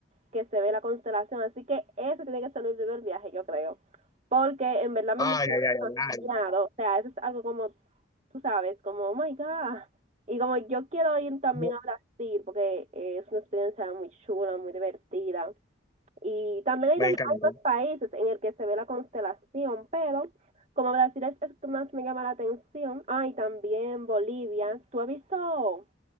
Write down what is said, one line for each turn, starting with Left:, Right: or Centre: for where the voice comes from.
Right: que se ve la constelación. Así que eso tiene que ser el primer viaje, yo creo. Porque en verdad me
Left: Ay,
Right: emocionó
Left: ay, ay,
Right: demasiado.
Left: ay.
Right: O sea, eso es algo como, tú sabes, como, oh my God. Y como yo quiero ir también
Left: ay.
Right: a Brasil, porque eh, es una experiencia muy chula, muy divertida. Y también hay,
Left: Me
Right: tam-
Left: encanta.
Right: hay más países en el que se ve la constelación, pero como Brasil es el que más me llama la atención. ay también Bolivia. ¿Tú has visto?